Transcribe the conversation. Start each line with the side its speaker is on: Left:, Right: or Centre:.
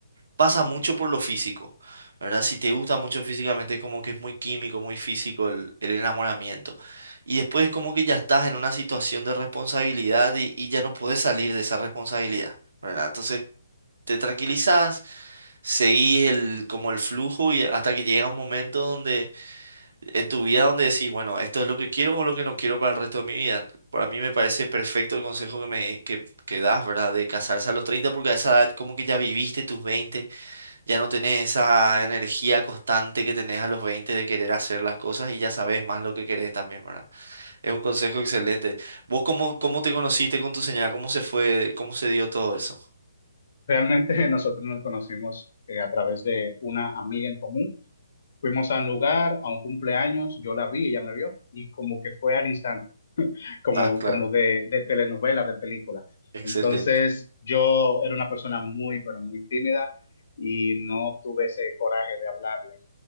Right: pasa mucho por lo físico, ¿verdad? Si te gusta mucho físicamente, es como que es muy químico, muy físico el, el enamoramiento. Y después es como que ya estás en una situación de responsabilidad y, y ya no podés salir de esa responsabilidad, ¿verdad? Entonces te tranquilizás, seguís el, como el flujo y hasta que llega un momento donde en tu vida donde decís, bueno, esto es lo que quiero o lo que no quiero para el resto de mi vida. Para mí me parece perfecto el consejo que me que, que das, ¿verdad? De casarse a los 30 porque a esa edad como que ya viviste tus veinte ya no tenés esa energía constante que tenés a los 20 de querer hacer las cosas y ya sabes más lo que querés también, ¿verdad? Es un consejo excelente. ¿Vos cómo, cómo te conociste con tu señora? ¿Cómo se fue? ¿Cómo se dio todo eso?
Left: Realmente <laughs> nosotros nos conocimos eh, a través de una amiga en común. Fuimos a un lugar, a un cumpleaños, yo la vi, ella me vio y como que fue al instante, como,
Right: Ah, claro.
Left: como de, de telenovela, de película.
Right: Excelente.
Left: Entonces yo era una persona muy, pero muy tímida y no tuve ese coraje de hablarle.